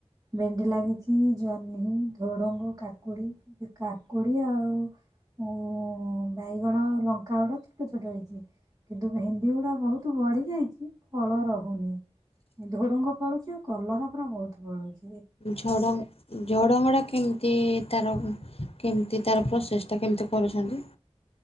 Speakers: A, on the right; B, on the left.
A: ଭେଣ୍ଡି ଲାଗିଛି, ଜହ୍ନି, ଝୋଡଙ୍ଗ, କାକୁଡି, କାକୁଡି ଆଉ ଉ ବାଇଗଣ, ଲଙ୍କା ଗୁଡା ଛୋଟ ଛୋଟ ହେଇଛି। କିନ୍ତୁ ଭେଣ୍ଡି ଗୁଡା ବହୁତ ବଢି ଯାଇଛି। କି ଫଳ ରହୁନି ଝୋଡ଼ଙ୍ଗ ଫଳୁଛି ଆଉ କଲର ପୁରା ବହୁତ ପଳୁଛି।
B: ଝ ଝଡ଼ଙ୍ଗଡ଼ା କେମିତି ତାର କେମିତି ତାର ପ୍ରୋସେଷ୍ଟଟା କେମିତି କରୁଛନ୍ତି?